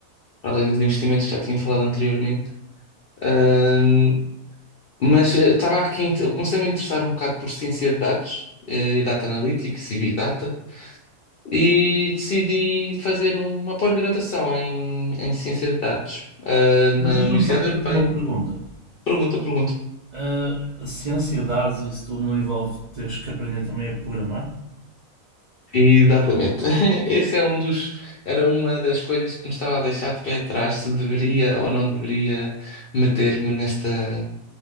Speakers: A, on the left; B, on the right.
A: para além dos investimentos que já tinha falado anteriormente. Ahm, mas eh, estava aqui, eu comecei-me a interessar um bocado por ciência de dados, eh, e data analytics e big data. e decidi fazer uma pós-graduação em, em ciência de dados, ah, na
B: Mas deixa-me
A: Universidade
B: só fazer-te
A: Europeia.
B: uma pergunta.
A: Pergunta, pergunta.
B: Ah, se ansiedades, isso tudo não envolve teres que aprender também a programar?
A: Exatamente. <laughs> Esse é um dos, era uma das coisas que me estava a deixar de pé atrás, se deveria ou não deveria meter-me nesta,